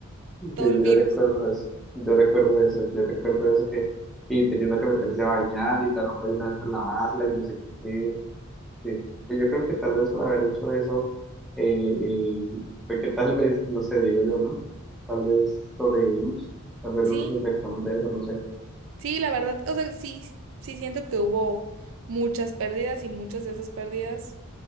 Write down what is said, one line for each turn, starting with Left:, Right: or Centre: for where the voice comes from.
Centre: Sí,
Right: todo el virus.
Centre: yo recuerdo eso, yo recuerdo eso, yo recuerdo eso que y tenía uno que meterse a bañar y la ropa y la a lavarla y no sé qué, sí. Pues yo creo que tal vez por haber hecho eso, eh, eh, fue que tal <laughs> vez, no sé, digo yo, ¿no? Tal vez sobrevivimos, tal vez
Right: Sí,
Centre: no nos infectamos de eso, no sé.
Right: sí, la verdad, o sea, sí, sí siento que hubo muchas pérdidas y muchas de esas pérdidas